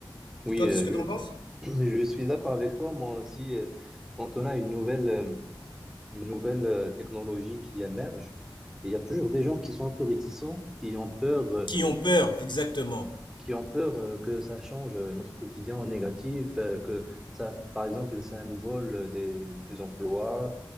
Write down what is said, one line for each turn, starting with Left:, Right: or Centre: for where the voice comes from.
Centre: Oui,
Left: Toi,
Centre: euh,
Left: qu'est-ce que t'en penses?
Centre: je, Je suis d'accord avec toi. Moi aussi, euh, quand on a une nouvelle, euh, une nouvelle euh, technologie qui émerge, il y a toujours des gens qui sont un peu réticents, qui ont peur, euh,
Left: qui ont peur, exactement.
Centre: qui ont peur euh, que ça change euh, notre quotidien en négatif, euh, que ça, par exemple, ça nous vole euh, des, des emplois,